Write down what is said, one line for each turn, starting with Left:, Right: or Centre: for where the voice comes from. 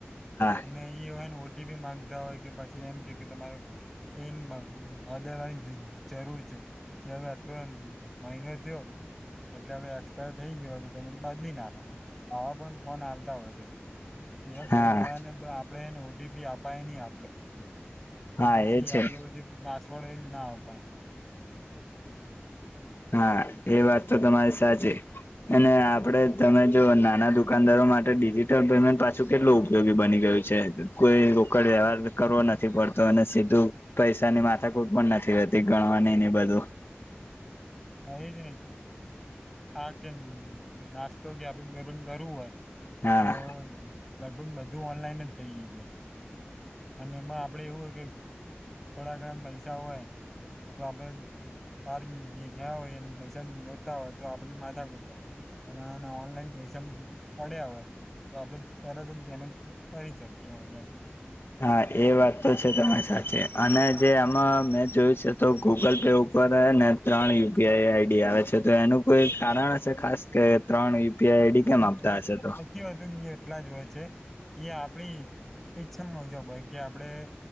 Left: હા
Centre: અને એઈ હોય ને ઓટીપી માંગતા હોય કે પછી એમ કે કે તમારે એમ આદરવાની જરૂર છે કે હવે આટલો એમ માયનો થયો એટલે હવે એક્સપાયર થઇ ગયો હતો તમને બદલી નાખો આવા પણ ફોન આવતા હોય છે એ ફોન
Left: હા
Centre: મળવા પણ આપડે એને ઓટીપી અપાય નહી આપડો
Left: હા
Centre: કે પછી
Left: એ છે.
Centre: આપડો જે પાસવર્ડ હોય ના અપાય.
Left: હા એ વાત તો તમારી સાચી. અને આપડે તમે જો નાના દુકાનદારો માટે ડિજિટલ પેમેન્ટ પાછું કેટલું ઉપયોગી બની ગય કોઈ રોકડ વ્યવહાર કરવો નથી પડતો અને સીધું પૈસાની માથા કોઈ પણ નથી હતી ગણવા ન ને બધું
Centre: હા એ જ નહી હા કે નાસ્તો કે આપડ કરવું હોય
Left: હા
Centre: તો લગભગ બધું ઓનલાઈન જ થઈ ગયું છે. અને એમાં આપડે એવું હોય કે થોડા ઘણા પૈસા હોય. તો આપડે પાર ગયા હોય પૈસા જોતા હોય તો આપડણે માથા કુરતા. અને ઓનલાઈન પૈસા પડ્યા હવે. તો આપણેે તરત જ પેમેન્ટ કરી શકીએ ઓનલાઈન.
Left: હા એ વાત તો છે તમારી સાથે અને જે આમાં મેં જોયું છે તો ગૂગલ પે ઉપર ને ત્રણ યુપીઆઈ આઈડી આવે છે તો એનું કોઈ કારણ હ છે ખાસ કે ત્રણ યુપીઆઈ આઈડી
Centre: હમ
Left: કેમ આપતા
Centre: ન
Left: હશે તો
Centre: વધુ એટલા જ હોય છે? એ આપડી ઈચ્છમ મુજબ હોય કે આપડે